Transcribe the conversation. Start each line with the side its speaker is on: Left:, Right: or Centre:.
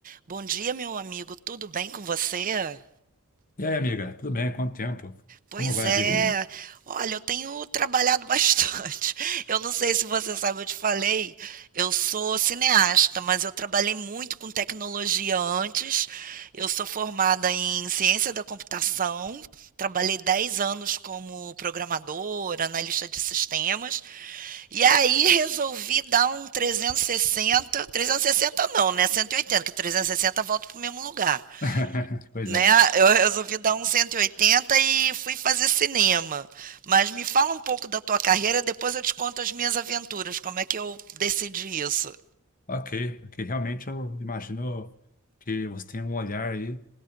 Right: Bom dia, meu amigo. Tudo bem com você?
Left: E aí, amiga, tudo bem? Quanto tempo?
Right: Pois
Left: Como vai
Right: é.
Left: a vida?
Right: Olha, eu tenho trabalhado bastante. <laughs> Eu não sei se você sabe, eu te falei. Eu sou cineasta, mas eu trabalhei muito com tecnologia antes. Eu sou formada em ciência da computação. Trabalhei 10 anos como programadora, analista de sistemas. E aí resolvi dar um trezentos Trezentos e sessenta? trezentos e sessenta não, né? Cento e oitenta. que 360 volta para o mesmo lugar.
Left: <laughs> Pois
Right: né?
Left: é.
Right: Eu resolvi dar um 180 e oitenta e fui fazer cinema. Mas me fala um pouco da tua carreira, depois eu te conto as minhas aventuras, como é que eu decidi isso.
Left: Ok, porque realmente eu imagino que você tem um olhar aí